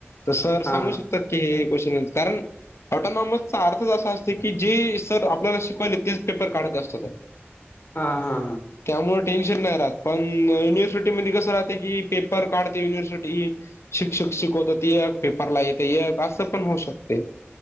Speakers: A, on the left; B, on the left.
A: तर सर
B: हां,
A: सांगू शकतात की हे गोष्ट कारण ऑटोनॉमसचा अर्थच असा असतो की, जे सर आपल्याला शिकवायले तेच पेपर काढत असतात तर.
B: हा हा.
A: त्यामुळं टेन्शन नाही राहत, पण युनवर्सिटी मध्ये कसं राहतं की, पेपर काढते युनिव्हर्सिटी शिक्षक शिकवतात एक, पेपरला येत एक, असं पण होऊ शकते.